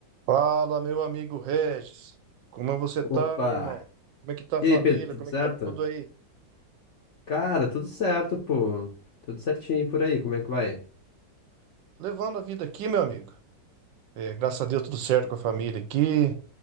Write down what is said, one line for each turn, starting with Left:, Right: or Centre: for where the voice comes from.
Right: Fala, meu amigo Regis. Como você
Left: Opa!
Right: tá, meu irmão? Como é que tá a
Left: E
Right: família?
Left: aí, Pedro, tudo
Right: Como
Left: certo?
Right: é que tá tudo aí?
Left: Cara, tudo certo, pô. Tudo certinho e por aí, como é que vai?
Right: Levando a vida aqui, meu amigo. É, graças a Deus, tudo certo com a família aqui.